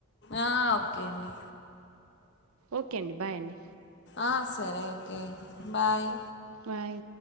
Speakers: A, on the left; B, on the right.
A: ఆ ఓకే అండి
B: ఓకే అండి బాయ్ అండి
A: ఆ సరే ఓకే బాయ్
B: బాయ్